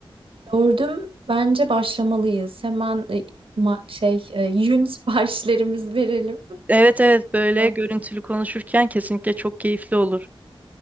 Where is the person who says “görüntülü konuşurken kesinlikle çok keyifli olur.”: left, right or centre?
Right